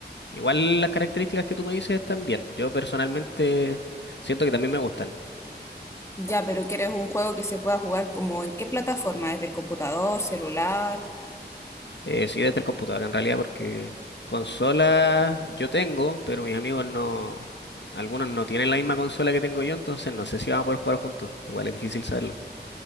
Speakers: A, on the left; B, on the left.
A: Igual las características que tú me dices están bien. Yo personalmente siento que también me gustan.
B: Ya, pero ¿quieres un juego que se pueda jugar como en qué plataforma? ¿Desde el computador, celular?
A: Eh, sí, desde el computador en realidad, porque consolas yo tengo, pero mis amigos no, algunos no tienen la misma consola que tengo yo, entonces no sé si vamos a poder jugar juntos. Igual es difícil saberlo.